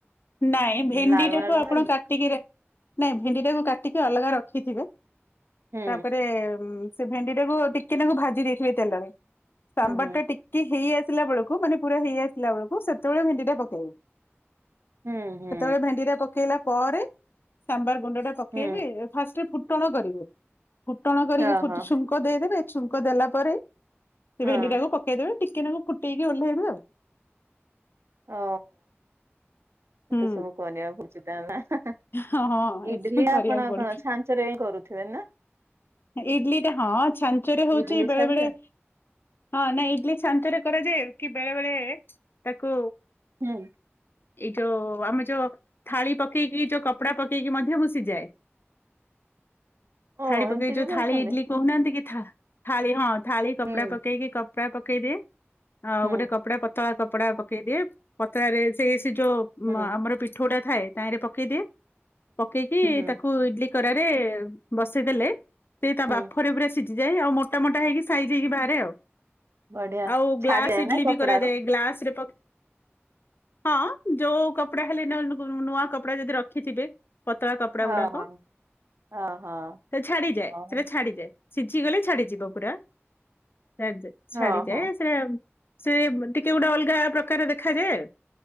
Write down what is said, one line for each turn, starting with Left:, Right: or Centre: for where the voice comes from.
Left: ନାଇଁ ଭେଣ୍ଡି
Right: ଲାଳୁଆ
Left: ଟାକୁ
Right: ଲାଳୁଆ
Left: ଆପଣ
Right: ହୁଏନି?
Left: କା ଟିକିରେ ନାଇଁ ଭେଣ୍ଡି ଟାକୁ କାଟିକି ଅଲଗା ରଖିଥିବେ
Right: ହୁଁ
Left: ତାପରେ ସେ ଭେଣ୍ଡି ଟାକୁ ଟିକେ ନାକୁ ଭାଜି ଦେଇଥିବେ ତେଲରେ ସାମ୍ବାର
Right: ହୁଁ
Left: ଟା ଟିକେ ହେଇସିବ ଥିଲା ବବେଳକୁ ମାନେ ପୁରା ହେଇ ଆସିଲ ବଳକୁ ସେତେବେଳେ ଭେଣ୍ଡି ଟା ପକେଇବେ।
Right: ହୁଁ ହୁଁ ହୁଁ
Left: ସେତେବେଳେ ଭେଣ୍ଡି ଟା ପକେଇଲା ପରେ ସାମ୍ବାର ଗୁଣ୍ଡ ଟା ପକେଇବେ
Right: ହୁଁ
Left: ଫାଷ୍ଟରେ ଫୁଟଣ କରିବେ ଫୁଟଣ କରିକି
Right: ଓହୋ
Left: ଛୁଙ୍କ ଦେଇଦେବେ ଛୁଙ୍କ ଦେଲା ପରେ ସେ
Right: ହଁ।
Left: ଭେଣ୍ଡି ଟାକୁ ପକେଇଦେବେ ଟିକେ ନାକୁ ଫୁଟେଇକି ଓହ୍ଲେଇବେ ଆଉ।
Right: ହ ଏତେ
Left: ହୁଁ।
Right: ସବୁ କରିବାକୁ ପଡୁଛି ତାହାଲେ।
Left: ହଁ ହଁ ଏଥିପାଇଁ
Right: ଇଡଲି
Left: କରିବାକୁ
Right: ଆପଣଙ୍କ
Left: ପଡୁଛି
Right: ଛାଞ୍ଚରେ ହିଁ କରୁଥିବେ ନା।
Left: ଇଡଲି ଟା ହଁ ଛାଞ୍ଚରେ ହଉଛି
Right: ଇଡିଲି
Left: ବେଳେ
Right: ଛାଞ୍ଚ
Left: ବେଳେ। ହଁ ନାଇଁ ଇଡଲି ଶାନ୍ତରେ କରାଯାଏ କି ବେଳେ ବେଳେ ତାକୁ।
Right: ହୁଁ
Left: ଏଇ ଯୋଉ ଆମେ ଯୋଉ ଥାଳି ପକେଇକି। ଯୋଉ କପଡ଼ା ପକେଇକି ମଧ୍ୟ ମୁଁ ସିଯାଏ।
Right: ଓ
Left: ଥାଳି ପକେଇକ
Right: ଏମିତି
Left: ଯୋଉ
Right: ବି କରୁଛନ୍ତି।
Left: ଥାଳି ଇଡଲି କହୁନାହାନ୍ତି କି ଥା ଥାଳି ହଁ ଥାଳି କପଡା
Right: ହୁଁ
Left: ପକେଇକି କପଡା ପକେଇଦିଏ ଆଉ
Right: ହୁଁ
Left: ଗୋଟେ କପଡା ପେଇ ପତଳେ କପଡା ପକେଇଦିଏ ପତଳାରେ ସେଇ ସେ ଯୋଉ
Right: ହୁଁ
Left: ଆମର ପିଠୁଟା ଥାଏ ତାରେ ପକେଇ ଦିଏ। ପକେଇକି
Right: ହୁଁ
Left: ତାକୁ ଇଡଲି କରାରେ ବସେଇଦେଲେ ସେଇ ତା
Right: ହୁଁ।
Left: ବାମ୍ପରେ ପୁରା ସିଝିଯାଏ ଆଉ ମୋଟା ମୋଟା ହେଇକି ସାଇଯି ହେଇକି ବାହାରେ ଆଉ।
Right: ବଢିଆ
Left: ଆଉ ଗ୍ଲାସ
Right: ଛାଡିଆ
Left: ଇଡଲି
Right: ନା କପଡାରୁ
Left: ବି କରାଯାଏ ଗ୍ଲାସ ରେ ହଁ ଯୋଉ କପଡା ହେଲେ ନ ଗୁ ନୂଆ କପଡା ଯଦି ରଖିଥିବେ। ପତଳା କପଡା ଗୁଡାକ
Right: ଓହୋ ଓହୋ
Left: ସେ ଛାଡିଯାଏ
Right: ଓହୋ।
Left: ସେଟା ଛାଡିଯାଏ। ସିଝି ଗଲେ ଛାଡିଯିବ ପୁରା ଛାଡିଯାଏ ଛାଡିଯାଏ
Right: ଓହୋ
Left: ସେଟା। ସେ ବ ଟିକେ ଗୋଟେ ଅଲଗା ପ୍ରକାର ଦେଖାଯାଏ।